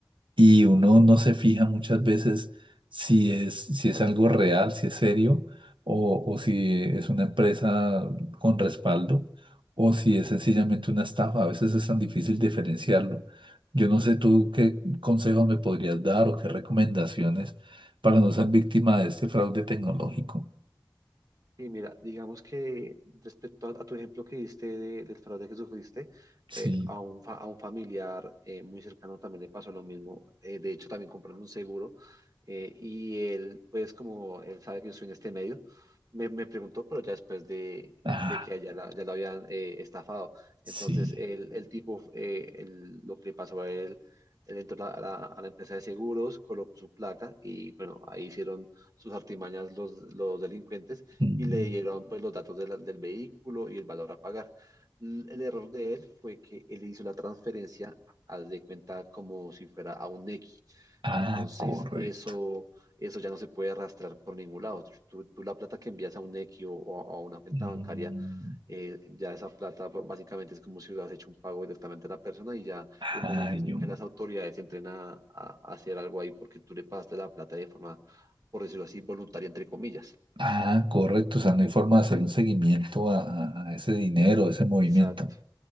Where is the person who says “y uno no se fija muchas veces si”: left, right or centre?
Right